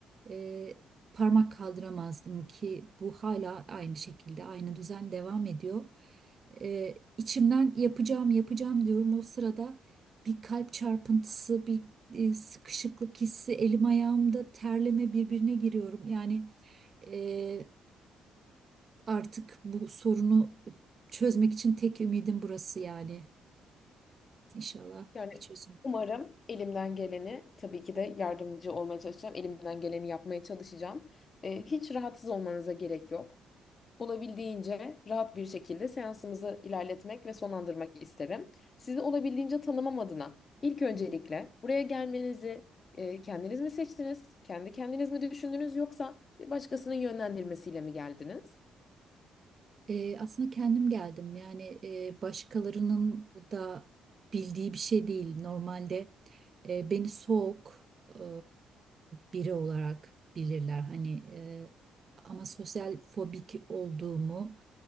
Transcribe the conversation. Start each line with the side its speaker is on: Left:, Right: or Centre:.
Right: e, parmak kaldıramazdım ki bu hala aynı şekilde aynı düzen devam ediyor. E, içimden yapacağım yapacağım diyorum o sırada bir kalp çarpıntısı bir e, sıkışıklık hissi elim ayağımda terleme birbirine giriyorum. Yani e, artık bu sorunu çözmek için tek ümidim burası yani. İnşallah
Left: Yani
Right: bir çözüm.
Left: umarım elimden geleni, tabii ki de yardımcı olmaya çalışacağım. Elimden geleni yapmaya çalışacağım. Ee, hiç rahatsız olmanıza gerek yok. Olabildiğince rahat bir şekilde seansımızı ilerletmek ve sonlandırmak isterim. Sizi olabildiğince tanımam adına ilk öncelikle buraya gelmenizi e, kendiniz mi seçtiniz? Kendi kendiniz mi düşündünüz yoksa bir başkasının yönlendirmesiyle mi geldiniz?
Right: E, aslında kendim geldim. Yani e, başkalarının da bildiği bir şey değil. Normalde e, beni soğuk e, biri olarak bilirler. Hani e, ama sosyal fobik olduğumu